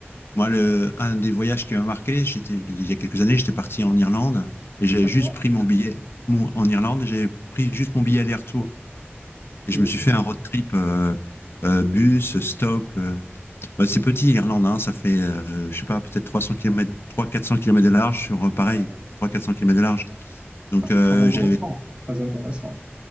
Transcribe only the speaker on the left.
moi, le, un des voyages qui m'a marqué, j'étais, il y a quelques années, j'étais parti en Irlande et j'avais
juste pris mon billet. mon- en Irlande, j'avais pris juste mon billet aller-retour.
Et je me suis
fait un road trip, euh, euh, bus, stop. euh. Bah, c'est petit, l'Irlande, hein, ça fait, euh, je sais pas, peut-être trois cents kilomètres, trois quatre cents kilomètres de large sur, euh, pareil,
trois quatre cents kilomètres de large. Donc,
euh,
j'avais,